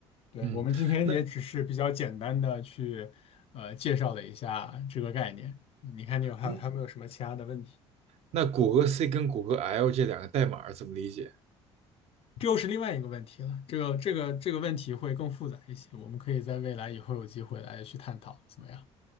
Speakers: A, on the left (about 50°); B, on the right (about 55°).
A: 对，
B: 嗯，
A: 我们今天也只是比较简单的去呃介绍了一下这个概念。
B: 那
A: 你看，你有还有还有没有什么其他的问题？
B: 嗯。那谷歌 C 跟谷歌 L 这两个代码怎么理解？
A: 这又是另外一个问题了。这个这个这个问题会更复杂一些，我们可以在未来以后有机会来去探讨，怎么样？